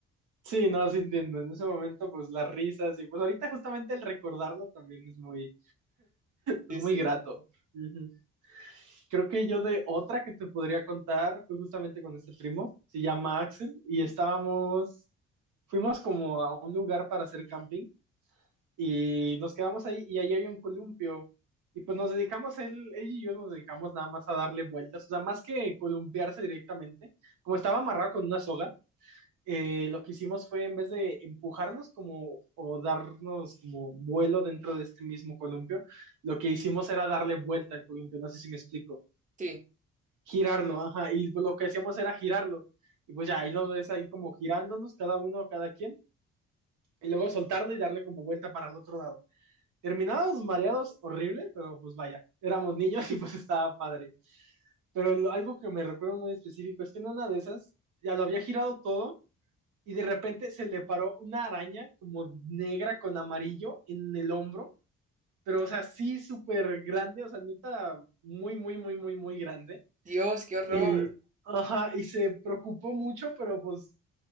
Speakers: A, on the right; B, on the right.
A: Sí, no, sí entiendo, en ese momento pues las risas y pues ahorita justamente el recordarlo también es muy, es
B: Sí,
A: muy
B: sí.
A: grato. Ujú. Creo que yo de otra que te podría contar fue justamente con este primo, se llama Axel, y estábamos, fuimos como a un lugar para hacer camping y nos quedamos ahí y ahí había un columpio y pues nos dedicamos, él, él y yo nos dedicamos nada más a darle vueltas, o sea, más que columpiarse directamente, como estaba amarrado con una soga eh, lo que hicimos fue en vez de empujarnos como o darnos como vuelo dentro de este mismo columpio, lo que hicimos era darle vuelta al columpio, no sé si me explico,
B: Sí.
A: girarlo, ajá, y lo que hacíamos era girarlo, y pues ya, ahí lo ves ahí como girándonos cada uno, cada quien, y luego soltarlo y darle como vuelta para el otro lado. Terminados mareados, horrible, pero pues vaya, éramos niños y pues estaba padre. Pero lo- algo que me recuerdo muy específico es que en una de esas ya lo había girado todo y de repente se le paró una araña como negra con amarillo en el hombro, pero o sea, sí súper grande, o sea, neta, muy, muy, muy, muy, muy grande.
B: Dios, qué horror.
A: Y, ajá, y se preocupó mucho, pero pues